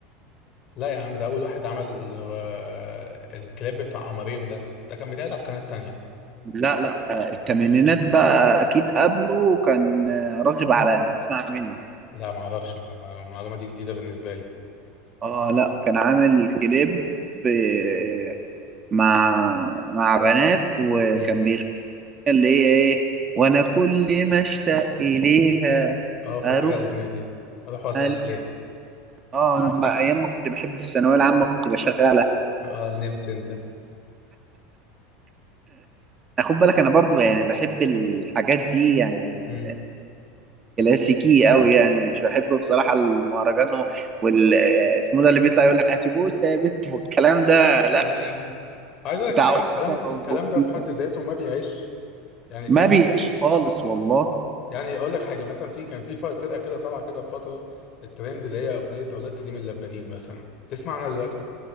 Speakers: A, on the left; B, on the right.
A: لا يا عم ده اول واحد عمل ال- آه، الكليب بتاع قمرين ده ده كان بيتعرض على القناه التانيه
B: لا لا آه، الثمانينات بقى اكيد قبله كان آه، راغب علامة اسمع مني
A: لا ما اعرفش ما- المعلومه دي جديده بالنسبه لي
B: اه لا كان عامل كليب ب- مع مع بنات وكان
A: مم.
B: بيغني اللي هي ايه وانا كل ما اشتاق اليها
A: اه فاكرها
B: اروح
A: الاغنيه دي اروح واسال
B: علي
A: عليها
B: اه انا لما- ايام ما كنت بحب في الثانويه العامه كنت بشغلها
A: اه نمس انت
B: خد بالك انا برضو يعني بحب الحاجات دي يعني
A: مم.
B: كلاسيكي قوي يعني مش بحبه بصراحه المهرجان و- وال اسمه ده اللي بيطلع يقول لك هاتي بوسه يا بت <laughs> والكلام ده
A: لا يا عم
B: لا
A: لا يا عم عايز اقول
B: بتاع
A: لك حاجه
B: أوتيتا
A: الكلام الكلام
B: وأوتيتا.
A: ده في حد ذاته ما بيعيش يعني الكلام
B: ما بيعيش
A: ده
B: خالص والله
A: يعني اقول لك حاجه مثلا في كان في فر- فرقه كده طالعه كده في فتره الترند اللي هي اغنيه اولاد سليم اللبانين مثلا تسمع عنها دلوقتي